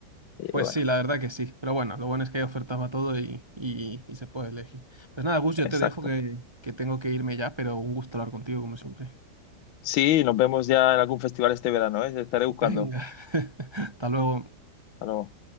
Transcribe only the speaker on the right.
Pues
sí, la verdad que sí, pero bueno, lo bueno es que hay ofertas para todo y, y y se puede elegir. Pues nada, Gus, yo
te dejo que, que tengo que irme ya, pero un gusto hablar contigo como siempre.
Venga, <laughs> hasta luego.